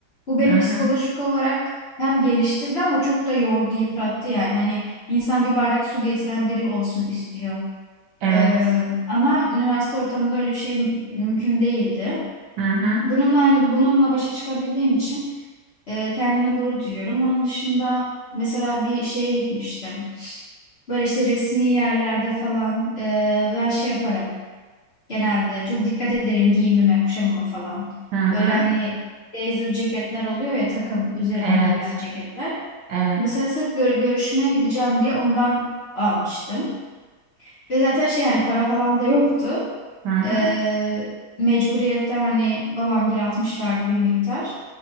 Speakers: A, on the left (about 40°); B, on the right (about 70°).
A: Bu beni
B: hı hı,
A: psikolojik olarak hem geliştirdi ama çok da yordu, yıprattı yani. Hani insan bir bardak su getiren biri olsun istiyor.
B: evet,
A: Ee, ama üniversite ortamında öyle bir şey mümkün değildi.
B: hı hı,
A: Bununla hani bununla başa çıkabildiğim için e, kendimle gurur duyuyorum. Onun dışında mesela bir şeye gitmiştim. Böyle işte resmi yerlerde falan e, ben şey yaparım. Genelde çok dikkat ederim giyimime, kuşamama falan.
B: hı hı,
A: Böyle hani blazer ceketler oluyor ya takım üzerine
B: evet,
A: giyilen ceketler.
B: evet,
A: Mesela sırf gör- görüşmeye gideceğim diye ondan almıştım. Ve zaten şey hani para falan da yoktu.
B: hı hı.
A: Ee, mecburiyette hani babam gir atmışlardı bir miktar.